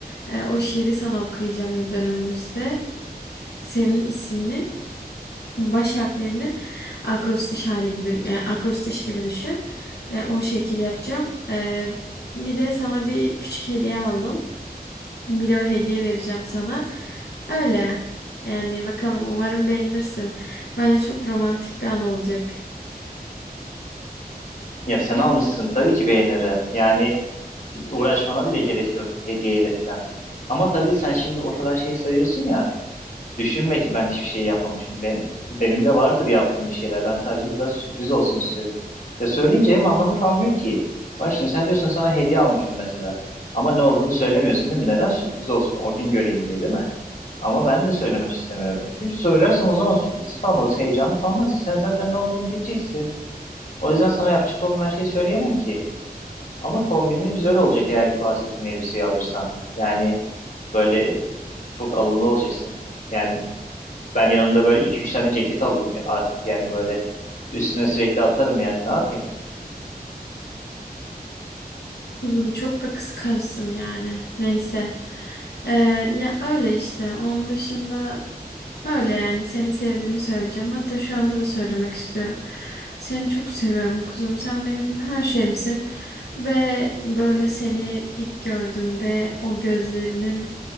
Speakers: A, on the left; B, on the left.
A: Ee, O şiiri sana okuyacağım yıl dönümümüzde. Senin isminin baş harflerinin akrostiş hali gibi yani akrostiş gibi düşün. Ee, O şekil yapacağım. Ee, Bir de sana bir küçük hediye aldım. Bir de o hediye vereceğim sana. Öyle. Yani bakalım umarım beğenirsin. Bence çok romantik bir an olacak.
B: Ya sen almışsın tabii ki beğenirim. Yani Uğraşmana bile gerek yoktu hediyeyle falan. Ama tabii sen şimdi o kadar şey sayıyorsun ya. Düşünme ki ben hiçbir şey yapmamışım. Benim, benim de vardır yaptığım bir şeyler. Ben sadece biraz sürpriz olsun istiyorum. Ya söyleyince hem anlamı kalmıyor ki. Bak şimdi sen diyorsun sana hediye almışım mesela. Ama ne olduğunu söylemiyorsun değil mi? Neden? Sürpriz olsun. O gün göreyim diye değil mi? Ama ben de söylemek istemiyorum. Çünkü söylersem o zaman sürpriz kalmaz, heyecan kalmaz. Sen zaten ne olduğunu diyeceksin. O yüzden sana yapacak olduğum her şeyi söyleyemem ki. Ama kombinin güzel olacak eğer ki bahsettiğin elbiseyi alırsan. Yani böyle çok alımlı olacaksın. Yani ben yanımda böyle iki üç tane ceket alayım artık yani böyle üstüne sürekli atarım yani ne yapayım?
A: Kızım çok da kıskançsın yani. Neyse. Ee, ya öyle işte. Onun dışında öyle yani. Seni sevdiğimi söyleyeceğim. Hatta şu anda da söylemek istiyorum. Seni çok seviyorum kuzum. Sen benim her şeyimsin. Ve böyle seni ilk gördüğümde o gözlerinin